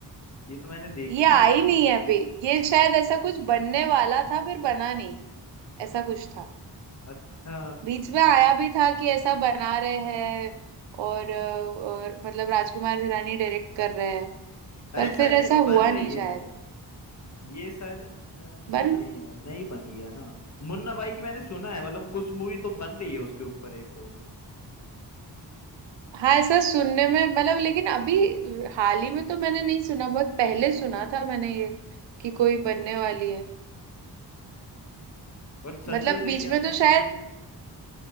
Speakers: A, on the left; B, on the right.
A: ये तो मैंने देखी
B: ये
A: नहीं
B: आई
A: अभी तक
B: नहीं है अभी ये शायद ऐसा कुछ बनने वाला था फिर बना नहीं ऐसा कुछ था
A: अच्छा
B: बीच में आया भी था कि ऐसा बना रहे हैं और, अ, और मतलब राजकुमार हिरानी डायरेक्ट कर रहे हैं
A: अरे
B: पर फिर
A: शायद
B: ऐसा
A: ये बन
B: हुआ
A: रही
B: नहीं
A: है
B: शायद
A: ये शायद अ, नहीं
B: बन
A: नहीं यार नहीं बनी है ना मुन्ना भाई की मैंने सुना है मतलब कुछ मूवी तो बन रही है उसके ऊपर एक और
B: हाँ ऐसा सुनने में मतलब लेकिन अभी अ, हाल ही में तो मैंने नहीं सुना बहुत पहले सुना था मैंने ये कि कोई बनने वाली है
A: और संजू
B: मतलब बीच
A: देखिए आपने
B: में तो
A: संजू
B: शायद